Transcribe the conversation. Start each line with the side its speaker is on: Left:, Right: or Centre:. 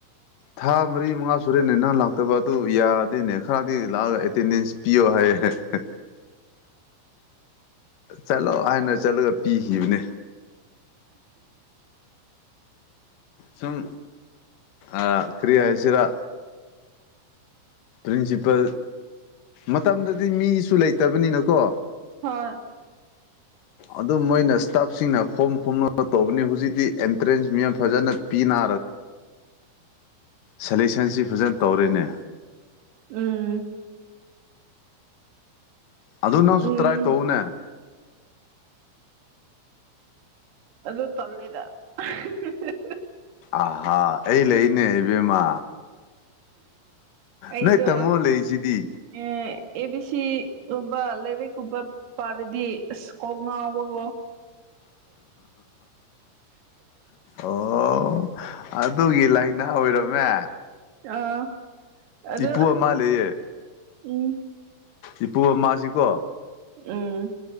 Left: ꯊꯥ ꯃꯔꯤ ꯃꯉꯥ ꯁꯨꯔꯦꯅꯦ ꯅꯪ ꯂꯥꯛꯇꯕ ꯑꯗꯨꯕꯨ ꯌꯥꯗꯦꯅꯦ ꯈꯔꯗꯤ ꯂꯥꯛꯑꯒ ꯑꯦꯇꯦꯟꯗꯦꯟꯁ ꯄꯤꯌꯣ ꯍꯥꯢꯌꯦ ꯍꯦ ꯍꯦ ꯆꯥꯠꯂꯣ ꯍꯥꯏꯅ ꯆꯠꯂꯒ ꯄꯤꯈꯤꯕꯅꯦ ꯁꯨꯝ ꯑꯥ ꯀ꯭ꯔꯤ ꯍꯥꯏꯁꯤꯔ ꯄ꯭ꯔꯤꯟꯁꯤꯄꯜ ꯃꯇꯝꯗꯗꯤ ꯃꯤꯁꯨ ꯂꯩꯇꯕꯅꯤꯅꯀꯣ
Right: ꯍꯣꯏ
Left: ꯑꯗꯨꯝ ꯃꯣꯏꯅ ꯏꯁꯇꯥꯞꯁꯤꯡꯅ ꯈꯣꯝ ꯈꯣꯝꯂꯒ ꯇꯧꯕꯅꯤ ꯍꯧꯖꯤꯛꯇꯤ ꯑꯦꯟꯇ꯭ꯔꯦꯟꯁ ꯌꯥꯝ ꯐꯖꯅ ꯄꯤꯅ ꯁꯦꯂꯦꯛꯁꯟꯁꯤ ꯐꯖꯅ ꯇꯧꯔꯦꯅꯦ
Right: ꯎꯎꯝ
Left: ꯑꯥꯗꯨ ꯅꯪꯖꯨ
Right: ꯎꯝ
Left: ꯇ꯭ꯔꯥꯏ ꯇꯧꯋꯣꯅꯦ
Right: ꯑꯗꯨ ꯇꯜꯂꯦꯗ ꯑꯍꯤ ꯍꯤ ꯍꯤ
Left: ꯑꯥꯍꯥ ꯑꯩ ꯂꯩꯅꯦ ꯏꯕꯦꯝꯃ
Right: ꯑꯩꯗꯣ
Left: ꯅꯣꯏ ꯇꯥꯃꯣ ꯂꯩꯁꯤꯗꯤ
Right: ꯑꯦ ꯑꯦ ꯕꯤ ꯁꯤꯒꯨꯝꯕ ꯂꯥꯏꯔꯤꯛꯀꯨꯝꯕ ꯄꯥꯔꯗꯤ ꯑꯥꯁ ꯀꯣꯛ ꯉꯥꯎꯕꯀꯣ
Left: ꯑꯣꯑꯣ ꯑꯗꯨꯒꯤ ꯂꯥꯏꯅꯥ ꯑꯣꯏꯔꯝꯃꯦ
Right: ꯑꯥ ꯑꯗꯨ
Left: ꯏꯄꯨ ꯑꯃ ꯂꯩꯌꯦ
Right: ꯎꯝ
Left: ꯏꯄꯨ ꯑꯃꯖꯤꯀꯣ
Right: INAUDIBLE